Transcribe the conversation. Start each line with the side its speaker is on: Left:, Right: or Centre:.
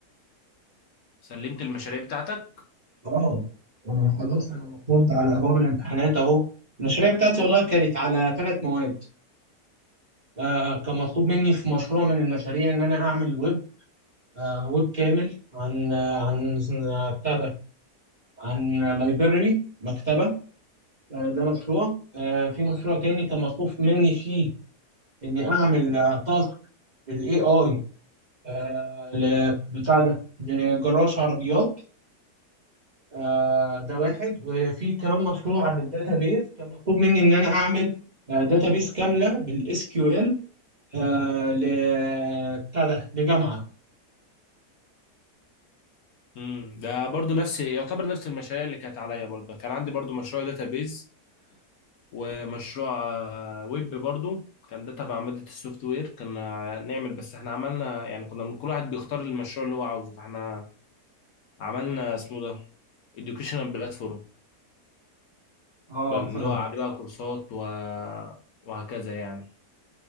Left: سلمت المشاريع بتاعتك
Right: أه أنا خلاص أنا المفروض على أبواب الامتحانات أهو المشاريع بتاعتي والله كانت على ثلاث مواد آه كان مطلوب مني في مشروع من المشاريع إن أنا أعمل ويب آه ويب كامل عن آه عن آه، بتاع ده عن لايبرري مكتبة آه ده مشروع آه في مشروع تاني كان مطلوب مني فيه إني أعمل آه، تاسك بالاي اي آه، ل- بتاع ده لجراج عربيات آه، ده واحد وفي كمان مشروع عن الداتا بيز كان مطلوب مني ان انا اعمل داتا بيز كامله بالاس كيو ال آه، ل بتاع ده لجامعه
Left: امم ده برضو نفس يعتبر نفس المشاريع اللي كانت عليا برضه كان عندي برضو مشروع داتابيز ومشروع آه، ويب برضو كان ده تبع مادة السوفت وير كنا نعمل بس احنا عملنا يعني كنا كل واحد بيختار المشروع اللي هو عاوزه فاحنا عملنا اسمه ده educational platform
Right: اه
Left: كان اللي
Right: فاهم
Left: هو عليه بقى كورسات و... وهكذا يعني